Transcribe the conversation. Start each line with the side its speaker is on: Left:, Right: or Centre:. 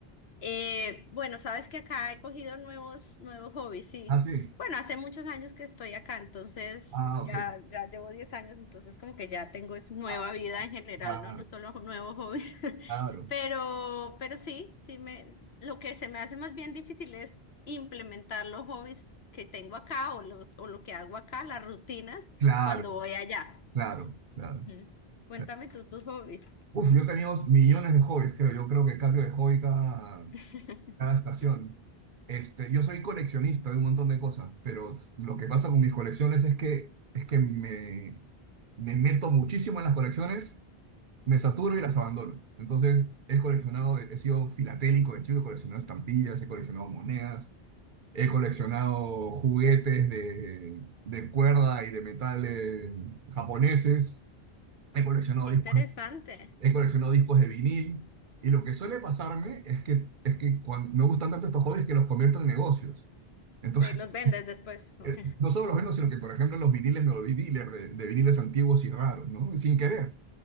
Left: Eh, bueno, sabes que acá he cogido nuevos, nuevos hobbies, sí.
Right: Ah, sí.
Left: Bueno, hace muchos años que estoy acá, entonces
Right: Ah,
Left: ya,
Right: ok.
Left: ya llevo 10 años, entonces como que ya tengo es nueva
Right: Ah,
Left: vida en general,
Right: Claro,
Left: ¿no? No solo nuevos hobbies. <laughs>
Right: claro,
Left: Pero, pero sí, sí me, lo que se me hace más bien difícil es implementar los hobbies que tengo acá o los, o lo que hago acá, las rutinas,
Right: claro.
Left: cuando voy allá.
Right: Claro, claro.
Left: Ujú. Cuéntame
Right: claro.
Left: tú tus hobbies.
Right: Uf, yo tenía dos millones de hobbies, creo. Yo creo que cambio de hobby cada,
Left: <laughs>
Right: cada estación. Este, yo soy coleccionista de un montón de cosas, pero s- lo que pasa con mis colecciones es que, es que me, me meto muchísimo en las colecciones, me saturo y las abandono. Entonces, he coleccionado, he sido filatélico de chico, he coleccionado estampillas, he coleccionado monedas, he coleccionado juguetes de, de cuerda y de metal eh, japoneses. He coleccionado
Left: Interesante.
Right: discos he coleccionado discos de vinil y lo que suele pasarme es que, es que cuando me gustan tanto estos hobbies que los convierto en negocios. Entonces,
Left: Sí, los vendes
Right: <laughs>
Left: después.
Right: eh,
Left: ok.
Right: no solo los vendo, sino que, por ejemplo, los viniles me volví dealer de, de viniles antiguos y raros, ¿no? Sin querer.